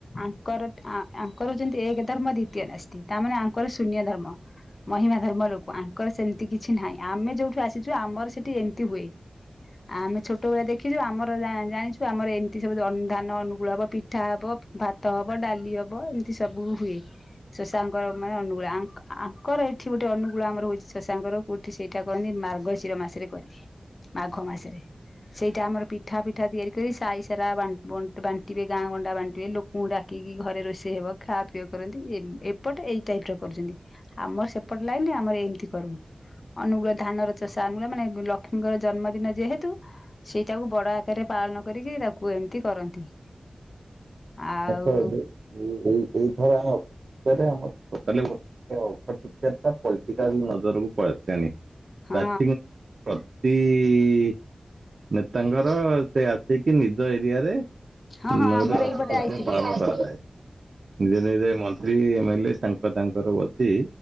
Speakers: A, on the left; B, on the right.
A: ଆଙ୍କର ଆଙ୍କର ଯେନ୍ତି ଏକ ଧର୍ମ ଦ୍ଵିତୀୟ ନାସ୍ତି ତାମାନେ ଆଙ୍କର ଶୂନ୍ୟ ଧର୍ମ। ମହିମା ଧର୍ମ ଲୋକ ଆଙ୍କର ସେମିତି କିଛି ନାହିଁ ଆମେ ଯୋଉଠୁ ଆସିଛୁ ଆମର ସେଠି ଏମିତି ହୁଏ। ଆ ଆମେ ଛୋଟ ବେଳର ଦେଖିଛୁ ଆମର ଜାଣିଛୁ ଆମର ଏମିତି ସବୁ ଧାନ ଅନୁକୂଳ ହବ ପିଠା ହବ ଭାତ ଭାତ ହବ ଡାଲି ହବ ଏମିତି ସବୁ ହୁଏ। ଶଶାଙ୍କର ମାନେ ଅନୁଗୁଳ ଆଙ୍କର ଏଠି ଗୋଟେ ଅନୁଗୁଳ ଆମର ହଉଛି ଶଶାଙ୍କର ସେଇଟା କରନ୍ତି ମାର୍ଗଶିର ମାସରେ କରିବି ମାଘ ମାସରେ। ସେଇଟା ଆମର ପିଠା ପିଠା ତିଆରି କରି ସାଇ ସାରା ବାଣ୍ଟିବେ ଗାଁ ଗଣ୍ଡା ବାଣ୍ଟିବେ ଲୋ କ ଡାକିକି ଘରେ ରୋଷେଇ ହବ ଖାଆ ପିଆ କରନ୍ତି ଏପଟେ ଏଇ ଟାଇପର କରୁଛନ୍ତି ଆମର ସେପଟ ଲାଇନି ଆମର ଏମିତି କରୁ ଅନୁଗୁଳ ଧାନର ଚଷା ଅନୁଗୁଳ ମାନେ ଲକ୍ଷ୍ମୀଙ୍କର ଜନ୍ମଦିନ ଯେହେତୁ ସେଇଟାକୁ ବଡ ଆକାରରେ ପାଳନ କରିକି ତାକୁ ଏମିତି କରନ୍ତି।
B: <inaudible>
A: ଆଉ
B: ତ ପଲିଟିକାଲ ନଜରକୁ ପଳେଇଆସିଲାନି। ଚାଷୀଙ୍କ
A: ହଁ
B: ପ୍ରତି ନେତାଙ୍କର ସେ ଆସିକି ନିଜ ଏରିଆରେ
A: ହଁ
B: <inaudible>
A: ହଁ ଆମର ଏଇପଟେ ଆଇଥିଲେ
B: ପାଳନ କରାଯାଏ। ନିଜେ ନିଜେ ମନ୍ତ୍ରୀ ଏମଏଲ ଏ ତାଙ୍କ ତାଙ୍କର ବସି